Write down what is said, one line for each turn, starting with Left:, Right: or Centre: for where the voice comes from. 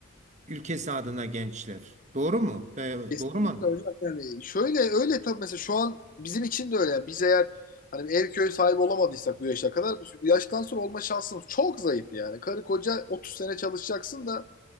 Right: ülkesi adına gençler. Doğru mu? Ee,
Left: Kesinlikle
Right: doğru mu?
Left: öyle. Yani şöyle öyle tabii mesela şu an bizim için de öyle. Yani biz eğer hani bir ev köy sahibi olamadıysak bu yaşa kadar bu bu yaştan sonra olma şansımız çok zayıf yani. Karı koca 30 sene çalışacaksın da